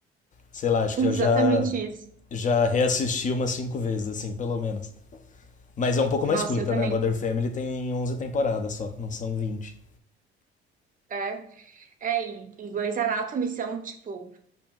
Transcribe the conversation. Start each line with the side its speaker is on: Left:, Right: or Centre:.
Left: sei lá,
Right: <laughs>
Left: acho que
Right: exatamente
Left: eu já
Right: isso.
Left: já reassisti umas cinco vezes, assim, pelo menos. Mas é um pouco mais
Right: Nossa,
Left: curta,
Right: eu também.
Left: né? Modern Family tem 11 temporadas só, não são 20.
Right: É, é e, e Grey's Anatomy são, tipo,